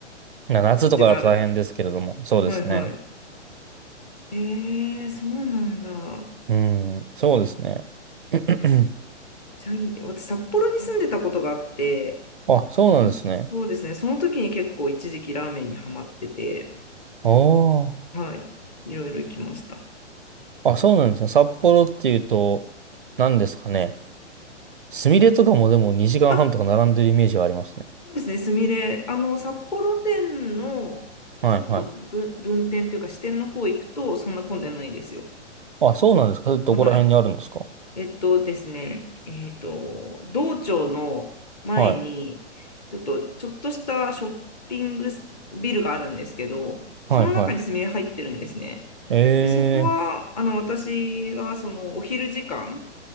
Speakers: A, on the right; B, on the left.
A: な夏とかだと大変ですけれども、
B: 価値がある。
A: そうですね。
B: はい、はい。えー、そうなんだ。
A: うん、そうですね。<clears throat>
B: めっちゃいいで。私、札幌に住んでたことがあって、
A: あ、そうなんですね。
B: そうですね、その時に結構一時期ラーメンにハマってて、
A: あ
B: はい、いろいろ行きました。
A: あ。あ、そうなんですね。札幌っていうと、何ですかね。すみれとかもでも2時間半とか並んでるイメージはありますね。
B: あそうですね、すみれ。あの、札幌店の、
A: はいはい。
B: ちょっと分、分店というか支店の方行くと、そんな混んでないですよ。
A: あ、そうなんですか。それどこら辺にあるんですか
B: はい。えっとですね、えっと、道庁の前に、
A: はい、
B: ちょっと、ちょっとしたショッピングビルがあるんですけど、その中にすみれ入ってるんですね。
A: はい、はい。えー
B: で、そこは、あの、私が、その、お昼時間、